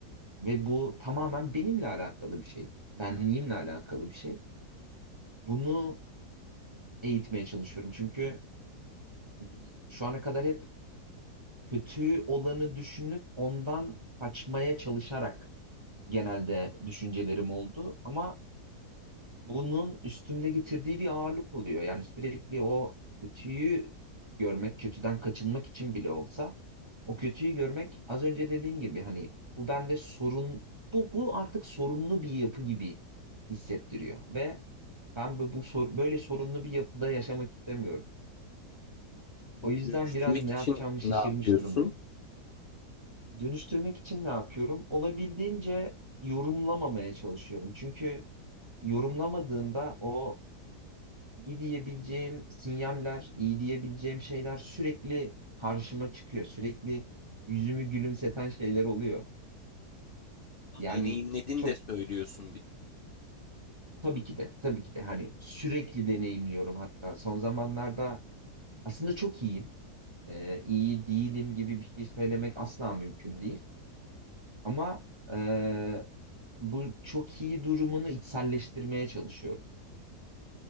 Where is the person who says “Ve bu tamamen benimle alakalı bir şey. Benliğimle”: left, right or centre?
Right